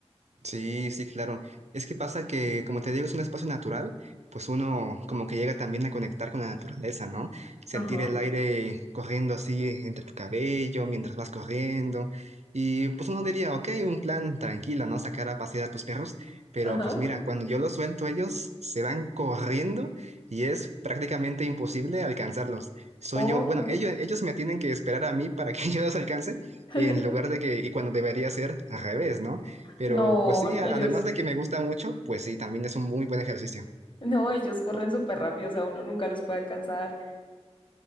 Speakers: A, on the right; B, on the left.
A: Sí, sí, claro. Es que pasa que, como te digo, es un espacio natural, pues uno como que llega también a conectar con la naturaleza, ¿no? Sentir
B: Ajá,
A: el aire corriendo así entre tu cabello mientras vas corriendo. Y pues uno diría, ok, un plan tranquilo, ¿no? Sacar a pasear a tus perros, pero
B: ajá,
A: pues mira, cuando yo los suelto, ellos se van corriendo y es prácticamente imposible alcanzarlos. Soy
B: obvio.
A: yo, bueno, ellos, ellos me tienen que esperar a mí para que <laughs> yo los alcance,
B: <laughs>
A: en lugar de que, y cuando debería ser al revés, ¿no? Pero
B: No,
A: pues sí,
B: ellos,
A: a- además de que me gusta mucho, pues sí, también es un muy buen ejercicio.
B: no, ellos corren súper rápido, o sea, uno nunca los puede alcanzar.